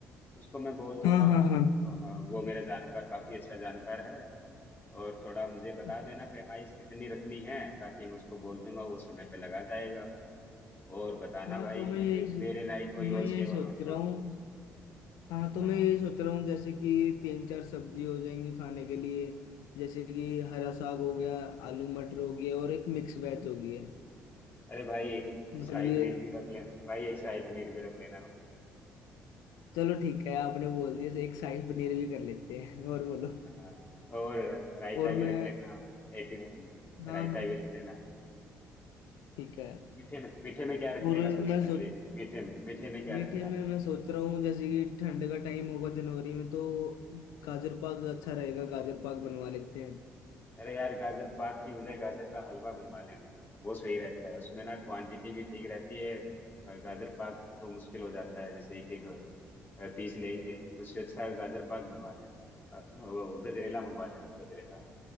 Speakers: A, on the left; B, on the left.
A: उसको मैं बोल दूंगा
B: हाँ
A: हाँ,
B: हाँ हाँ
A: हाँ, वो मेरा जानकार काफी अच्छा जानकार है और थोड़ा मुझे बता
B: अच्छा
A: देना
B: अच्छा
A: पैमाइश कितनी रखनी है ताकि मैं उसको बोल दूंगा वो समय पे लगा जाएगा और बताना
B: हाँ
A: भाई
B: तो मैं
A: मेरे
B: यही सो-
A: मेरे लायक कोई
B: मैं
A: और
B: यही
A: सेवा
B: सोच
A: हो तो
B: रहा हूँ हाँ तो
A: हाँ
B: मैं यही सोच रहा हूँ जैसे कि तीन चार सब्जी हो जाएंगी खाने के लिए जैसे कि हरा साग हो गया आलू मटर हो गया और एक मिक्स वेज हो गई है
A: अरे भाई एक
B: मतलब
A: शाही
B: ये
A: पनीर भी रख लेना भाई एक शाही पनीर भी रख लेना
B: चलो ठीक है आपने बोल दिया एक शाही पनीर भी कर लेते हैं और बोलो
A: हाँ और रायता
B: और मैं
A: भी रख लेना एक
B: हाँ
A: रायता
B: हाँ
A: भी रख लेना
B: ठीक है
A: मीठे में मीठे में क्या रखने
B: और
A: का सोचा
B: मैं
A: है
B: सोच
A: अभी मीठे में मीठे में क्या
B: मीठे
A: रखना है
B: में मैं सोच रहा हूँ जैसे कि ठंड का टाइम होगा जनवरी में तो गाजर पाक अच्छा रहेगा गाजर पाक बनवा लेते हैं
A: अरे यार गाजर पाक की बजाय गाजर का हलवा बनवा लेना वो सही रहता है उसमें ना क्वांटिटी भी ठीक रहती है अ, गाजर पाक तो मुश्किल हो जाता है जैसे एक एक अ, पीस लेंगे उससे अच्छा गाजर पाक बनवा लेना अ, वो गजरेला मंगवा लेना गजरेला